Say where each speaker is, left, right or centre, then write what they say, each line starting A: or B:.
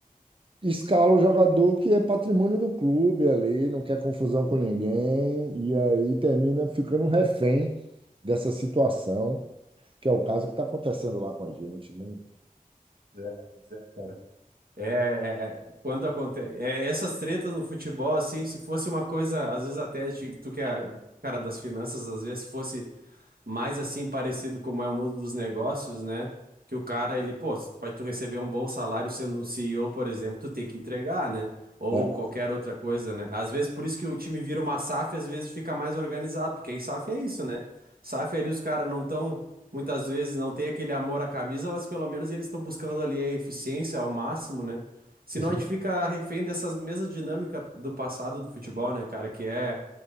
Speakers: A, on the right; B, on the right.
A: escala o jogador que é patrimônio do clube ali, não quer confusão com ninguém, e aí termina ficando um refém dessa situação, que é o caso que está acontecendo lá com a gente, né?
B: é, é, cara. É, é, é, quando acontece. essas tretas no futebol, assim, se fosse uma coisa, às vezes até de, tu que é cara das finanças, às vezes se fosse mais assim parecido como é o mundo dos negócios, né? Que o cara, ele, pô, se tu- pra tu receber um bom salário sendo um CEO, por exemplo, tu tem que entregar, né? Ou
A: É,
B: qualquer outra coisa, né? Às vezes, por isso que o time vira uma SAF, às vezes fica mais organizado, porque aí SAF é isso, né? SAF ali os caras não estão, muitas vezes não tem aquele amor à camisa, mas pelo menos eles estão buscando ali a eficiência ao máximo, né? Senão
A: os- é,
B: a gente fica refém dessas mesmas dinâmicas do passado do futebol, né, cara? Que é